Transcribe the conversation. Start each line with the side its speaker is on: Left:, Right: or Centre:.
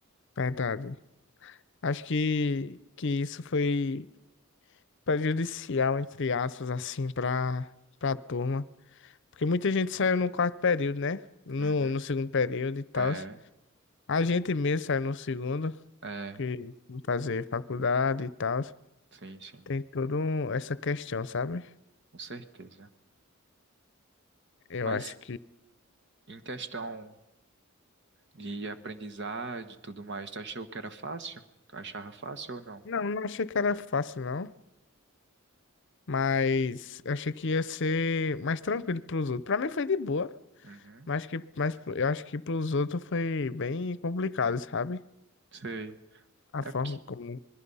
Left: verdade. Acho que, que isso foi prejudicial, entre aspas, assim, pra, pra turma. Porque muita gente saiu no quarto período, né? No,
Right: Uhum.
Left: no segundo período e tal.
Right: É,
Left: A gente mesmo saiu no segundo,
Right: é,
Left: porque não fazer faculdade e tal.
Right: sim, sim,
Left: Tem toda um, essa questão, sabe?
Right: com certeza.
Left: Eu
Right: Mas
Left: acho que.
Right: em questão de aprendizagem e tudo mais. Tu achou que era fácil? Tu achava fácil ou não?
Left: Não, não achei que era fácil, não. Mas eu achei que ia ser mais tranquilo pros outros. Pra mim foi de boa,
Right: Uhum,
Left: mas que mas pro- eu acho que pros outros foi bem complicado, sabe?
Right: sei.
Left: A
Right: É
Left: forma
Right: porque,
Left: como.